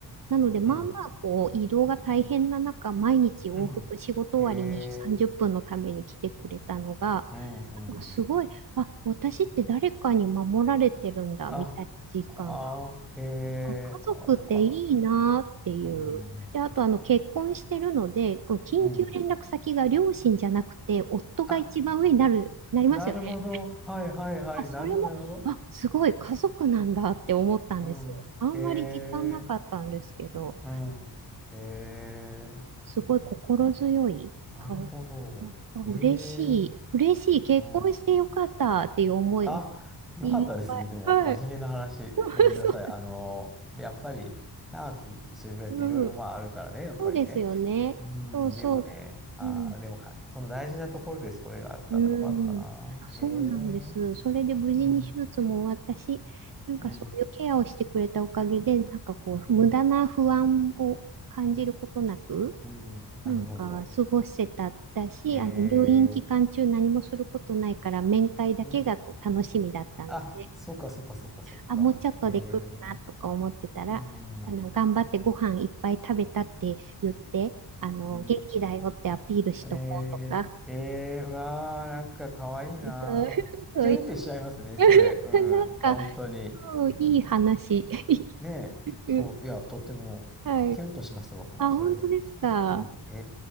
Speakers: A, on the right; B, in the centre.
A: なので、まあまあ、
B: うん。
A: こう、移動が大変な中、毎日往復、
B: うん。
A: 仕事終わりに30分のために来てくれたのが、
B: へえ。うんうんうん。
A: なんかすごい、あ、私って誰かに守られてるんだ、
B: あ、
A: みたいな実感が。
B: あー、へ
A: あ、家族っていいなっていう。
B: え。あ、よかった。うんうん
A: で、あと、あの、結婚してるので、こう、緊急連絡先が両親じゃなくて、
B: うん。うん。
A: 夫が一番上になる、
B: あ、
A: なりますよね。
B: なるほど。はいはいはい。
A: あ、それも、
B: なるほどなるほど。
A: あ、すごい、家族なんだって思ったんですよ。
B: うん。
A: あんまり時間なかったんですけど。
B: へえ。うん。へえ。
A: すごい心強い。
B: なるほど。
A: あ、ああ嬉しい。
B: へえ。
A: 嬉しい。結婚してよかったっていう思いが
B: うん。あ、よかったですね。
A: いっぱい。
B: でも、
A: はい。
B: 真面目な話。
A: <laughs>
B: ごめんなさい。
A: そ
B: あの、で、やっぱり、長く一緒に暮らしていろいろまああるからね、
A: う、うん。
B: やっぱりね。
A: そうですよね。
B: うん、
A: そうそう。
B: でもね、ああ、
A: うん。
B: でもか、その大事なところでそれがあったのよかったな。
A: うん。そうなんです。
B: へえ、
A: それで無事に手術も終わったし、
B: うん、
A: なんかそういうケアをしてくれたおかげで、
B: うん、
A: なんかこう、
B: うん、
A: 無駄な不安を感じることなく、
B: うん、なるほど。
A: なんか過ごせただし、
B: へえ、
A: あの入院期間中何もすることないから面会だけがこう楽しみだったので、
B: うん。あ、そっかそっかそっかそっか。
A: あ、もうちょっとで来るなとか思ってたら、
B: へえ、うん、
A: あの頑張ってご飯いっぱい食べたって言って、
B: う
A: あの元気だよってアピールしとこうとか、
B: ん。へえ、へえ、わあ、なんかかわいいな。
A: そう、<laughs> そういう
B: キュンってしちゃいますね、
A: <laughs>
B: それ。うん、
A: なんか、
B: 本当に。
A: うん、いい話。<laughs>
B: ねえ、そう、
A: うん
B: いや、とっても、
A: はい。
B: キュンとしました、僕も、
A: あ、
B: それで。
A: 本当ですか。
B: うん。へ